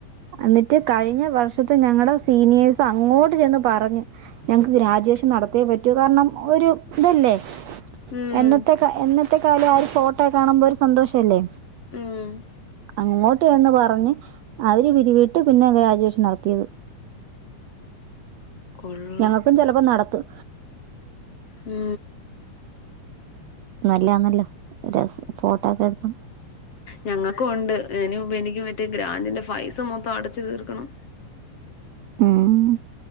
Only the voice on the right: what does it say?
എന്നിട്ട് കഴിഞ്ഞ വർഷത്തെ ഞങ്ങളുടെ സ് സീനിയേഴ്സ് അങ്ങോട്ട് ചെന്ന് പറഞ്ഞ് ഞങ്ങക്ക് ഗ്രാജുവേഷൻ നടത്തേ പറ്റൂ കാരണം ഒരു ഇതല്ലേ
എന്നത്തേക്ക എന്ന ഇറ്റത്തെക്കാല ആ ഒരു ഫോട്ടോ കാണുമ്പോ ഒരു സന്തോഷല്ലേ
അങ്ങോട്ട എന്ന് പറഞ്ഞ് അവര് പിരിവിട്ട് പിന്നെ ഗ്രാജുവേഷൻ നടത്തിയത്
ഞങ്ങൾക്കും ചിലപ്പോ നടത്തും
നല്ലാന്നല്ലോ രസ ഫോട്ടോ ഒക്കെ എടുക്കാം
ഉം